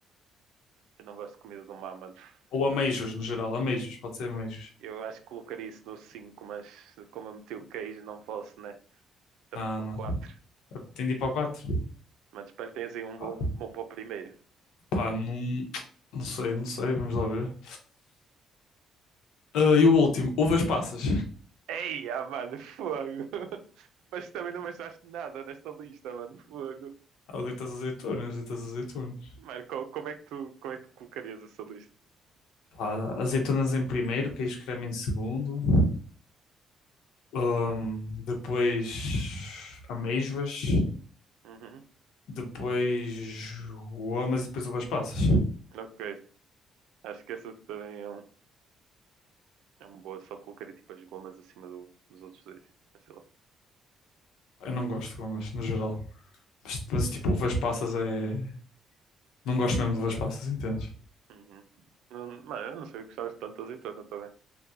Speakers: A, on the right; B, on the left.
A: Eu não gosto de comida do mar, mano.
B: Ou ameijos,
A: Ux,
B: no geral. Ameijos, pode ser ameijos.
A: Eu acho que colocaria isso no 5 mas como eu meti o queijo, não posso, né? também
B: Não,
A: para
B: não.
A: o quatro
B: Tem de ir para o 4.
A: Mas espero que tenhas aí um
B: Pá,
A: bom, bom para o primeiro.
B: pá, não, não sei, não sei. Vamos lá ver. Ah, e o último, uvas passas.
A: Ei, ah, mano, fogo! <laughs> Mas também não me achaste nada nesta lista, mano, fogo.
B: Ah, o deitas azeitonas, deitas azeitonas.
A: Mano, co- como é que tu, como é que tu colocarias essa lista?
B: Pá, azeitonas em primeiro, queijo creme em segundo. Ahm, depois amêijoas.
A: Uhum.
B: Depois gomas e depois uvas passas.
A: Ok. Acho que essa também é um, é uma boa, só colocaria tipo as gomas acima do- dos outros dois. Mas sei lá.
B: Eu não gosto de gomas, no geral. Mas, mas, tipo, uvas passas é... Não gosto mesmo de uvas passas, entendes?
A: Uhum. Não- mano, eu não sei que gostavas tanto de azeitona também.